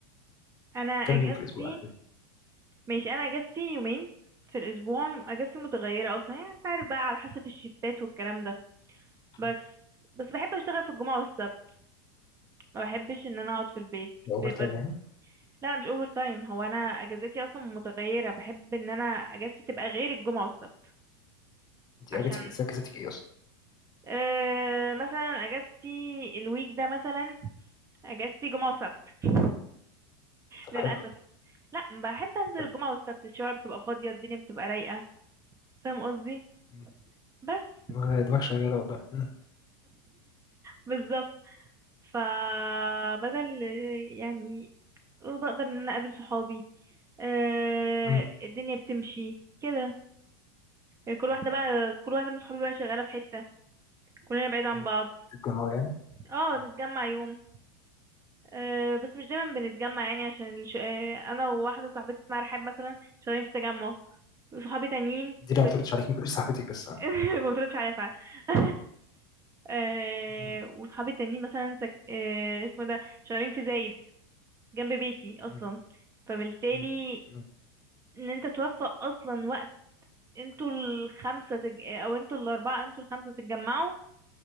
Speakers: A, on the right; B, on the left.
A: انا
B: كم
A: اجازتي
B: يوم في الأسبوع؟ أجازة؟
A: ماشي انا اجازتي يومين في الاسبوع اجازتي متغيره اصلا يعني انت عارف بقى على حسب الشفتات والكلام ده بس
B: مم.
A: بس بحب اشتغل في الجمعه والسبت ما بحبش ان انا اقعد في البيت
B: أوفر
A: بيبقى
B: تايم يعني؟
A: لا انا مش اوفر تايم هو انا اجازتي اصلا متغيره بحب ان انا اجازتي تبقى غير الجمعه والسبت
B: انت
A: عشان
B: اجتك ذاكرتك ايه اصلا
A: أه مثلا اجازتي الويك ده مثلا اجازتي جمعه وسبت
B: طب
A: للاسف
B: حلو
A: لا بحب انزل
B: حلو
A: الجمعه والسبت الشوارع بتبقى فاضيه الدنيا بتبقى رايقه فاهم قصدي
B: مم.
A: بس
B: دماغ دماغ شغاله والله مم.
A: بالظبط فبدل يعني بقدر ان انا اقابل صحابي آه
B: مم.
A: الدنيا بتمشي كده يعني كل
B: مم.
A: واحدة بقى
B: مم.
A: كل واحدة من صحابي بقى شغالة في حتة كلنا بعيد عن
B: مم.
A: بعض
B: تتجمعوا يعني
A: اه
B: مم.
A: نتجمع يوم آه بس مش دايما بنتجمع يعني عشان الش... آه انا وواحدة صاحبتي اسمها رحاب مثلا شغالين في تجمع وصحابي تانيين
B: دي
A: في
B: لو ما
A: سك...
B: بتردش عليك ما تقوليش صاحبتك بس آه.
A: <laughs> ما بتردش عليا فعلا <laughs> آه
B: مم.
A: وصحابي التانيين مثلا سك... آه اسمه إيه ده شغالين في زايد جنب بيتي اصلا
B: مم.
A: فبالتالي
B: مم. مم.
A: ان انت توفق اصلا وقت انتوا الخمسه تج... او انتوا الاربعه انتوا الخمسه تتجمعوا